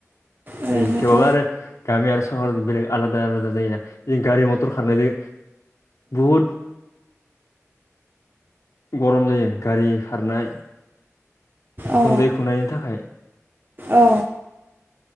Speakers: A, on the right; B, on the left.
A: ओरैनोथ'
B: उम थेवबाबा आरो गामि आरो सहर बेलेग आलादा आलादा जायोना जों गारि मथर खारनायजों बुहुद गरम जायो गारि खारनाय उखुन्दै
A: औ
B: खुंनायनि थाखाय।
A: औ